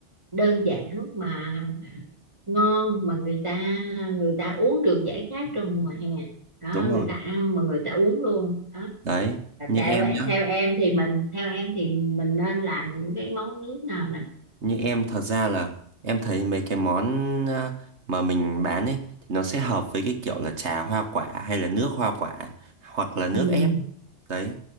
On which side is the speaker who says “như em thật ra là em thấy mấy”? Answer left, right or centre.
Right